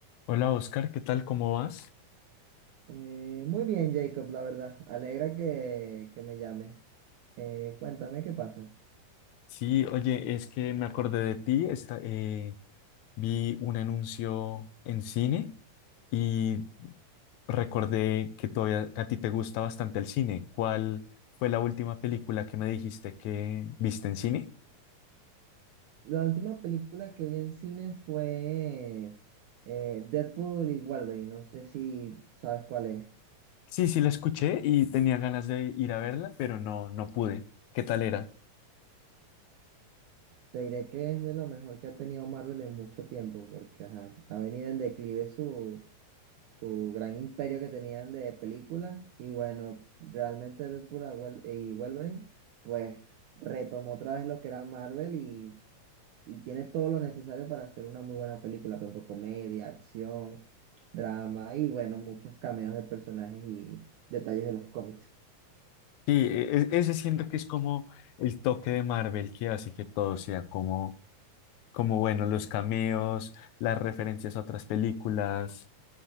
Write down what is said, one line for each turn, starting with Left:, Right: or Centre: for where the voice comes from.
Left: Hola Oscar, ¿qué tal? ¿Cómo vas?
Right: Eh, muy bien, Jacob, la verdad. Alegra que, que me llame. Eh, cuéntame qué pasa.
Left: Sí, oye, es que me acordé de ti, esta- eh, vi un anuncio en cine y recordé que todavía a ti te gusta bastante el cine. ¿Cuál fue la última película que me dijiste que viste en cine?
Right: La última película que vi en cine fue eh, Deadpool y Wolverine. No sé si sabes cuál es.
Left: Sí, sí, la escuché y tenía ganas de ir a verla, pero no, no pude. ¿Qué tal era?
Right: Te diré que es de lo mejor que ha tenido Marvel en mucho tiempo, porque ajá, ha venido en declive su, su gran imperio que tenían de películas. Y bueno, realmente Deadpool a Wel- y Wolverine, pues retomó otra vez lo que era Marvel y y tiene todo lo necesario para hacer una muy buena película, tanto comedia, acción, drama y bueno, muchos cameos de personajes y detalles de los cómics.
Left: Sí, e- e- ese siento que es como el toque de Marvel que hace que todo sea como como bueno, los cameos, las referencias a otras películas,